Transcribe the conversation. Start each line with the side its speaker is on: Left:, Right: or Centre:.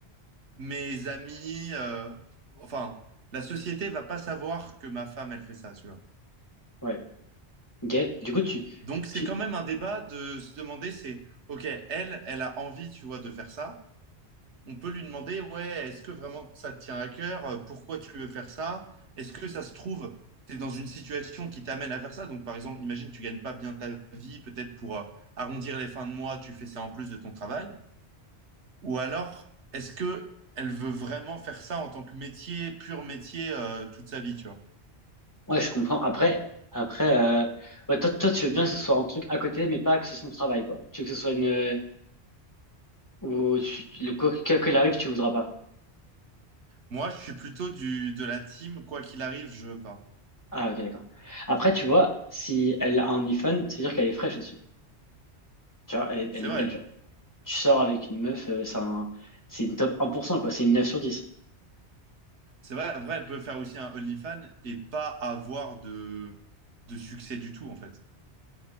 Right: mes amis, euh, enfin, la société va pas savoir que ma femme, elle fait ça, tu vois.
Left: Ouais. Ok? Du coup, tu,
Right: Donc c'est
Left: tu,
Right: quand même un débat de se demander, c'est, ok, elle, elle a envie, tu vois, de faire ça. on peut lui demander, ouais, est-ce que vraiment ça te tient à cœur? Euh, Pourquoi tu veux faire ça? Est-ce que ça se trouve, tu es dans une situation qui t'amène à faire ça? Donc, par exemple, imagine, tu gagnes pas bien ta vie, peut-être pour euh, arrondir les fins de mois, tu fais ça en plus de ton travail. Ou alors, est-ce que elle veut vraiment faire ça en tant que métier, pur métier, euh, toute sa vie, tu vois?
Left: ouais, je comprends. Après, après, euh, ouais, toi, toi, tu veux bien que ce soit un truc à côté, mais pas que ce soit ton travail, quoi. Tu veux que ce soit une, euh, ou tu- le quoi quoi qu'elle arrive, tu voudras pas.
Right: Moi, je suis plutôt du, de la team, quoi qu'il arrive, je veux pas.
Left: Ah, ok, d'accord. Après, tu vois, si elle a un iPhone, c'est-à-dire qu'elle est fraîche aussi. Tu vois, elle est,
Right: C'est
Left: elle est belle,
Right: vrai.
Left: genre. Tu sors avec une meuf, euh, c'est un, c'est une top un pour cent, quoi. C'est une 9 sur 10.
Right: C'est vrai, vrai, elle peut faire aussi un OnlyFans et pas avoir de, de succès du tout, en fait.